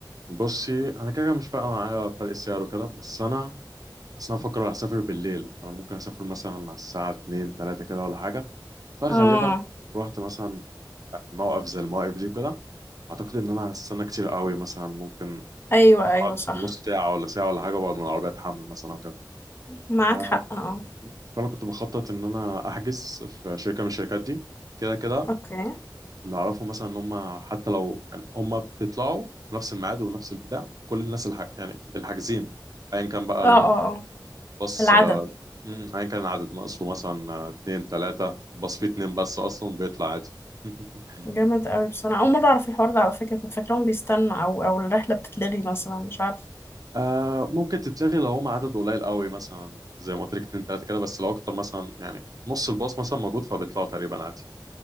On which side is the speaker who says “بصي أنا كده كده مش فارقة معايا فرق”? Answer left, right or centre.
Right